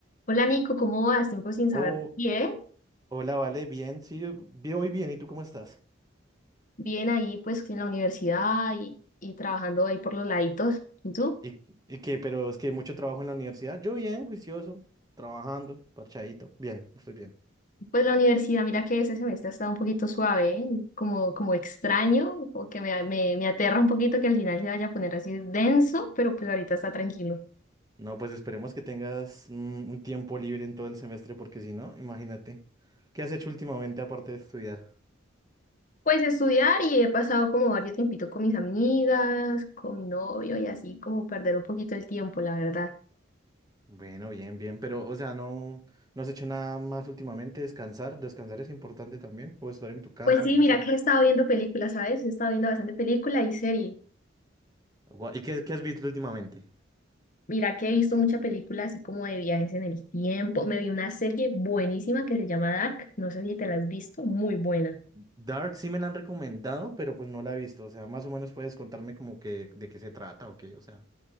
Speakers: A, on the left (about 40°); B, on the right (about 20°).
A: Hola Nico, ¿cómo vas? Tiempo sin saber
B: Oh,
A: de ti, ¿eh?
B: hola, vale, bien, sí, yo vi- voy bien, ¿y tú cómo estás?
A: Bien ahí pues en la universidad y, y trabajando ahí por los laditos. ¿Y tú?
B: ¿Y, y qué? Pero es que mucho trabajo en la universidad. Yo bien, juicioso, trabajando, parchadito. Bien, estoy bien.
A: Pues la universidad, mira que ese semestre ha estado un poquito suave, ¿eh? Como, como extraño, como que me, me, me aterra un poquito que al final se vaya a poner así denso, pero pues ahorita está tranquilo.
B: No, pues esperemos que tengas mm, un tiempo libre en todo el semestre, porque si no, imagínate. ¿Qué has hecho últimamente aparte de estudiar?
A: Pues estudiar y he pasado como varios tiempito con mis amigas, con mi novio y así como perder un poquito el tiempo, la verdad.
B: Bueno, bien, bien, pero, o sea, no, no has hecho nada más últimamente, descansar, descansar es importante también, o estar en tu casa,
A: Pues sí,
B: no
A: mira
B: sé.
A: que he estado viendo películas, ¿sabes? He estado viendo bastante película y serie.
B: Gua- ¿Y qué, qué has visto últimamente?
A: Mira que he visto muchas películas así como de viajes en el tiempo. Me vi una serie buenísima que se llama Dark. No sé si te la has visto, muy buena.
B: Dark sí me la han recomendado, pero pues no la he visto. O sea, más o menos puedes contarme como que de qué se trata o qué, o sea.